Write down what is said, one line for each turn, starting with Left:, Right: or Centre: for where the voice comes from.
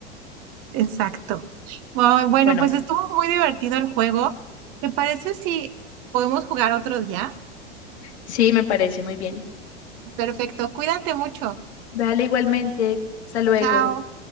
Right: Exacto. Ay, bueno,
Left: Bueno,
Right: pues estuvo muy divertido el juego. ¿Te parece si podemos jugar otro día?
Left: sí, me parece muy bien.
Right: Perfecto, cuídate mucho.
Left: Dale igualmente. Hasta luego.
Right: Chao.